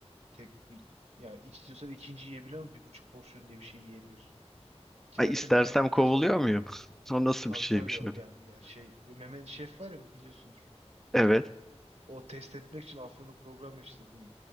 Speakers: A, on the right (about 75°); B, in the centre.
A: Tek bir- ya istiyorsan ikinci yiyebiliyor ama bir buçuk porsiyon diye bir şey yiyemiyorsun. Ki
B: Ay
A: zaten
B: istersem
A: bir tane yedikten
B: kovuluyor
A: sonra
B: muyum? <laughs> O nasıl
A: tabii
B: bir şeymiş
A: tabii
B: öyle?
A: yani, yani şey Mehmet Şef var ya biliyorsundur.
B: Evet.
A: O test etmek için Afyon'da program işte bu